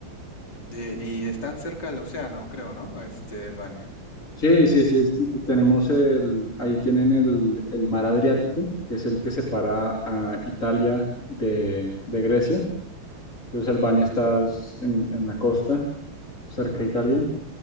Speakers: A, on the left; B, on the left.
A: Eh, Y, están cerca del océano, creo, ¿no? Este, Albania.
B: Sí, sí, sí. es- Tenemos el, ahí tienen el, el mar Adriático, que es el que separa a Italia de, de Grecia. Entonces Albania está en, en la costa, cerca de Italia.